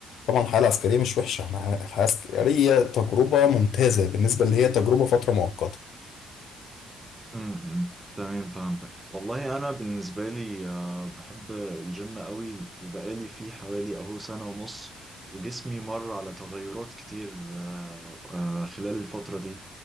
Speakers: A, on the left; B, on the right.
A: طبعا الحياة العسكرية مش وحشة أنا ع- الحياة العسكرية تجربة ممتازة بالنسبة اللي هي تجربة فترة مؤقتة
B: امم تمام فهمتك والله انا بالنسبه لي آه، بحب الجيم قوي وبقالي فيه حوالي اهو سنه ونص وجسمي مر على تغيرات كتير آه، آه، خلال الفتره دي